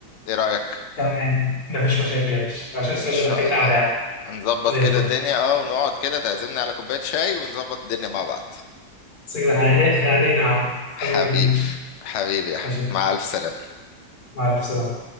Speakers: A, on the left; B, on the left.
A: إيه رأيك؟
B: تمام مفيش مشاكل يا باشا عشان السؤال
A: إن شاء
B: ده محتاج
A: الله
B: قعده يعني
A: هنظبط
B: زي
A: كده
B: الفل
A: الدنيا اه ونقعد كده تعزمني على كوباية شاي ونظبط الدنيا مع بعض
B: بس كده احنا عيني- إحنا عينينا يا عم
A: حبيبي
B: حبيبك كبير
A: حبيبي يا أحمد.
B: ماشي
A: مع ألف سلامة
B: مع السلامة